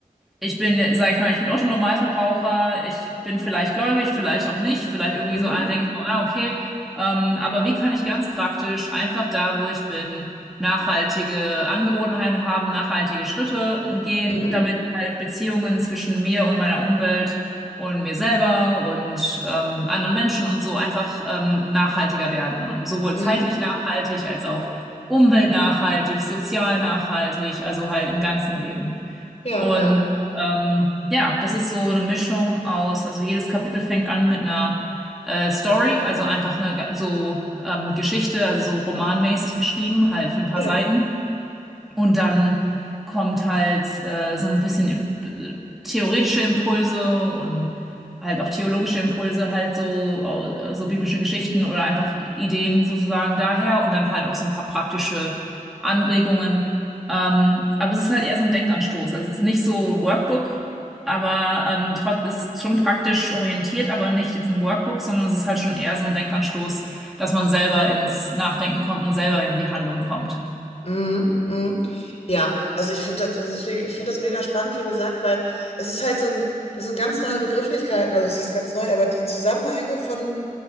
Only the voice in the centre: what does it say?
ich bin, sag ich mal, ich bin Otto-Normalverbraucher, ich bin vielleicht gläubig, vielleicht auch nicht, vielleicht irgendwie
so, ah, denke ich so, ah, okay. Ähm, aber wie kann ich ganz praktisch einfach da, wo ich bin, nachhaltige Angewohnheiten haben, nachhaltige Schritte gehen,
damit halt Beziehungen zwischen mir und meiner Umwelt und mir selber und ähm, anderen Menschen und so einfach ähm, nachhaltiger werden und sowohl
zeitlich nachhaltig als auch umweltnachhaltig, sozial nachhaltig, also halt im ganzen Leben.
Und
ähm, ja, das ist so eine Mischung aus, also jedes Kapitel fängt an mit einer äh, Story, also einfach eine ga- so ähm, Geschichte, also so romanmäßig geschrieben, halt für ein paar
Seiten. Und dann kommt halt äh, so ein bisschen im- äh, theoretische Impulse und halt auch theologische Impulse, halt so, au- so biblische Geschichten oder einfach Ideen sozusagen daher und dann halt auch so ein paar praktische Anregungen. Ähm, aber es ist halt eher so ein Denkanstoß. Also es ist nicht so ein Workbook, aber ähm, trotz, es ist schon praktisch orientiert, aber nicht jetzt ein Workbook, sondern es ist halt schon eher so ein Denkanstoß, dass man selber ins Nachdenken kommt und selber in die Handlung kommt.